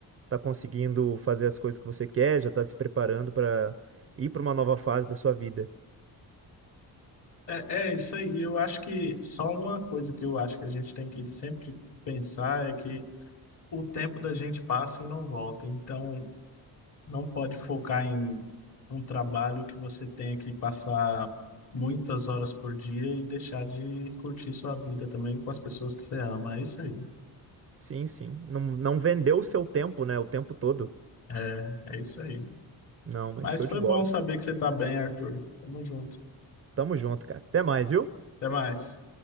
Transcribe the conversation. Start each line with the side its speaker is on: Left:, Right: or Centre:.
Right: tá conseguindo fazer as coisas que você quer, já tá se preparando para ir para uma nova fase da sua vida.
Left: É, é isso aí. Eu acho que só uma coisa que eu acho que a gente tem que sempre pensar é que o tempo da gente passa e não volta. Então, não pode focar em um trabalho que você tenha que passar muitas horas por dia e deixar de curtir sua vida também com as pessoas que você ama. É isso aí.
Right: Sim, sim. Não, não vendeu o seu tempo, né, o tempo todo.
Left: É, é isso aí.
Right: Não, mas
Left: Mas
Right: show
Left: foi
Right: de bola.
Left: bom saber que você tá bem, Arthur. Tamo junto.
Right: Tamo junto, cara. Até mais, viu?
Left: Até mais.